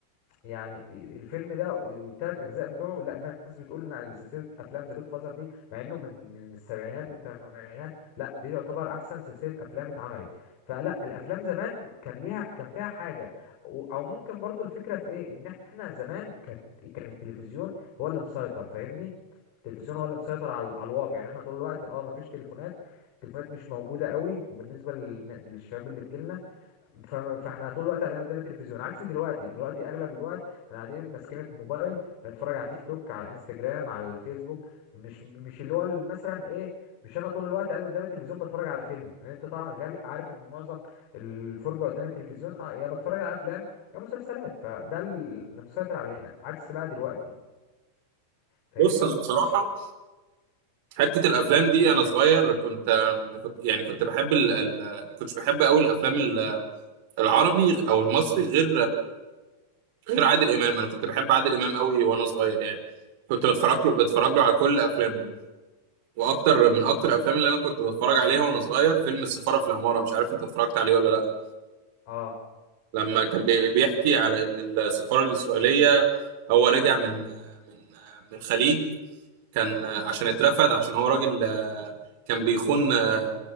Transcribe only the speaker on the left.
يعني الفيلم ده والتلات اجزاء بتوعه لا ناس بتقول ان على سلسله افلام ذا جود فازر دي مع انه من من السبعينات والثمانينات لا دي يعتبر احسن سلسله افلام اتعملت فلا الافلام زمان كان ليها كان فيها حاجه و- او ممكن برضو الفكره في ايه ان احنا زمان كانت كان التلفزيون هو اللي مسيطر فاهمني التلفزيون هو اللي مسيطر على على الواقع يعني احنا طول الوقت اه مفيش تليفونات التليفونات مش موجوده قوي وبالنسبه للن- للشباب اللي في جيلنا ف- فاحنا طول الوقت قاعدين قدام التلفزيون عكس دلوقتي دلوقتي اغلب الوقت احنا قاعدين ماسكين الموبايل بنتفرج على تيك توك على انستجرام على الفيسبوك مش مش اللي هو ال- مثلا ايه مش انا طول الوقت قاعد قدام التلفزيون بتفرج على فيلم لان انت طبعا غال- عارف ان معظم الفرجه قدام التلفزيون اه يا بتفرج على افلام يا مسلسلات فده اللي مسيطر علينا عكس بقى دلوقتي فاهمني
اه